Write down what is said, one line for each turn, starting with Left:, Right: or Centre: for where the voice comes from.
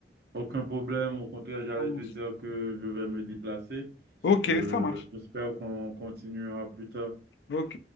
Right: aucun problème. Au contraire, j'allais
Left: Ça marche.
Right: te dire que je vais me déplacer.
Left: Ok,
Right: Euh,
Left: ça marche.
Right: j'espère qu'on continuera plus tard.
Left: Ok.